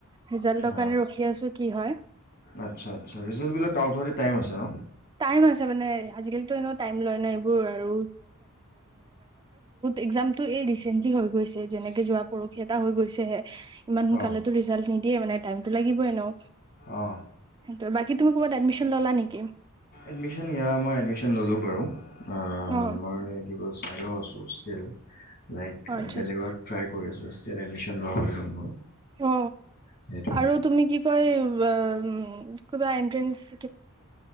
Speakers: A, on the right; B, on the left.
A: ৰিজাল্টৰ
B: অ
A: কাৰণে ৰখি আছো কি হয়।
B: আচ্ছা আচ্ছা ৰিজাল্ট বিলাক আউট হওঁতে টাইম আছে ন
A: টাইম আছে মানে আজিকালিতো এনেও টাইম লয় ন এইবোৰ আৰু একজাম টো এই ৰিচেণ্টলি হৈ গৈছে যেনেকে যোৱা পৰহি এটা হৈ গৈছেহে ইমান সোনকালে
B: অ
A: ৰিজাল্ট নিদিব। দিয়ে মানে টাইমটো লাগিব এনেও
B: অ
A: সেইটো বাকী তুমি ক'ৰবাত এডমিশ্যন ললা নেকি?
B: এডমিশ্যন ইয়াৰ মই ললো বাৰু অহ
A: অ
B: মই কি কয়ছিলো। প্ৰায়য়ো আছুস্থ লাইক
A: অ আচ্ছা
B: বেলেগত
A: আচ্ছা।
B: ট্ৰাই কৰি আছো তেতিয়া এডমিশ্যন লোৱা হৈ গ'ল মোৰ।
A: অ
B: সেইটোৱে
A: আৰু তুমি কি কয় উ কিবা এনট্ৰেন্স